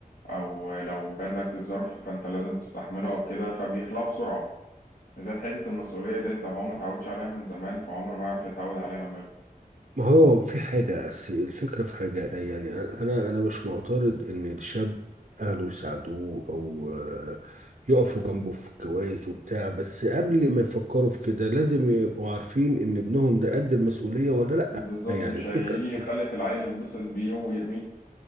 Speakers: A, on the left (about 90°); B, on the right (about 70°).
A: أو لو جاتلك الظرف فأنت لازم تستحمله أو كده فبيخلعوا بسرعة. إذا حتة المسؤولية ديت لو هو ما اتعودش عليها من زمان فعمره ما يعرف يتعود عليها لما
B: ما هو في حاجة أس- الفكرة في حاجة يعني أنا أنا مش معترض إن الشاب أهله يساعدوه أو آه، يقفوا جنبه في الجواز وبتاع بس قبل ما يفكروا في كده لازم يبقوا عارفين إن ابنهم ده قد المسؤولية ولا لأ
A: بالظبط
B: يعني
A: مش
B: الفكرة
A: هيجي
B: في
A: يخلف
B: إيه؟
A: العيل يتبسط بيه ويرميه